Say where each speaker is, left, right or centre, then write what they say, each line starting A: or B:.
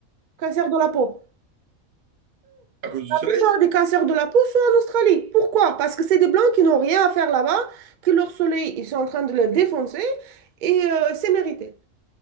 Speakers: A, on the right; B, on the right.
A: Cancer de la peau.
B: à cause du soleil.
A: plupart des cancers de la peau sont en Australie. Pourquoi? Parce que c'est des Blancs qui n'ont rien à faire là-bas, que leur soleil, ils sont en train de le défoncer et euh, c'est mérité.